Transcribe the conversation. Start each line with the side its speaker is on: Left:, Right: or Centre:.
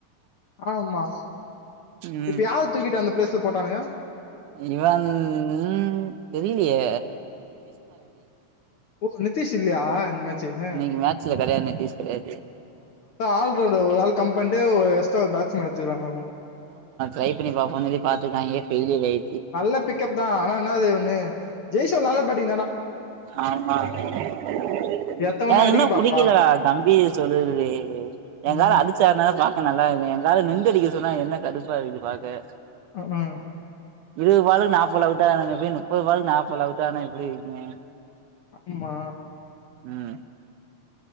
Left: ஆமா
Right: ம்
Left: இப்பயாவது தூக்கட்டு அந்த பிளேஸ் போட்டானுங்க
Right: இவன் உ தெரியலையே
Left: ஓ நிதிீஷ் இல்லையாஹ இந்த மாச்சி அான்
Right: இன்னைக்கு மேட்ச்ல கெடையாது நிதிஷ் கெடையாது
Left: ஆர் ஒரு ஆள் கம்பண்ட பாத் மா <unintelligible>
Right: ரை பண்ணி பாோன்ன பாத்துக்க ஏ யர் ஆய
Left: வல்ல பி தான் ஆனனது ஒ ஜெய சொல்ல்ல பாட்டி
Right: ஆமா என
Left: எத்தவொன்னே அடிக்க
Right: இன்னும்
Left: பாப்பா
Right: புிடிக்கல கம்பீர் சொல்லுறது எங்கார
Left: ம்
Right: அழச்சாருன பா நல்லாிருது எங்கல நிந்த அடிக்க சொன்னா என்ன கடுப்பா இருது பாக்க
Left: ஆஹ் ஆஹ்
Right: இருபது பாலுக்கு நாது அவுட்டா தானப்ப முப்பது பாலுக்கு நாற்பது அவுட்டாானான் எப்படி இருக்கேன்
Left: ஆமா
Right: உஹம்